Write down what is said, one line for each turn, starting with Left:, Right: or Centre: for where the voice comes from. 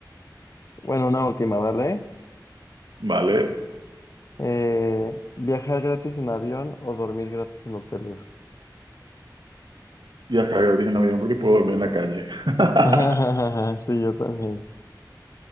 Left: Bueno, una última, ¿vale?
Right: Vale,
Left: Eh, ¿viajar gratis en avión o dormir gratis en hoteles?
Right: ya sabía, dije no avión porque puedo dormir en la calle. <laughs>
Left: <laughs> Sí, yo también.